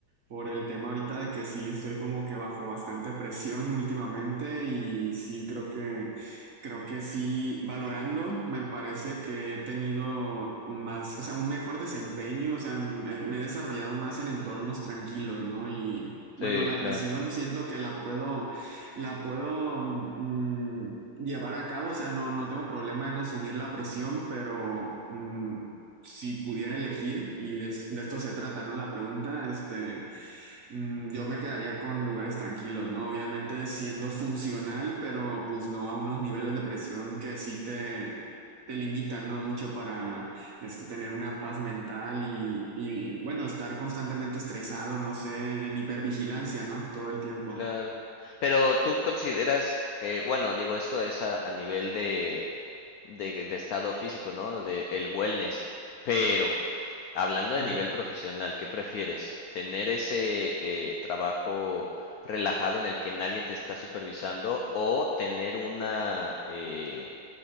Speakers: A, on the right; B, on the left.
A: por el tema ahorita de que sí estoy como que bajo bastante presión últimamente y sí creo que creo que sí valorando me parece que he tenido más, o sea, un mejor desempeño, o sea, me me he desarrollado más en entornos tranquilos, ¿no? Y
B: Sí,
A: bueno, la
B: claro.
A: presión siento que la puedo la puedo mm, llevar a cabo, o sea, no no tengo problema en asumir la presión, pero mm, Si pudiera elegir, y de, de esto se trata, ¿no? La pregunta, este, Mm, Yo me quedaría con lugares tranquilos, ¿no? Obviamente siendo funcional, pero pues no a unos niveles de presión que sí te, te limitan, ¿no? Mucho para este, tener una paz mental y, y, bueno, estar constantemente estresado, no sé, en hipervigilancia, ¿no? Todo el tiempo.
B: Claro. Pero tú consideras, eh, bueno, digo, esto es a, a nivel de, de, de estado físico, ¿no? De el wellness. Pero, hablando de
A: Ujú.
B: nivel profesional, ¿qué prefieres? ¿Tener ese eh, trabajo relajado en el que nadie te está supervisando o tener una, eh,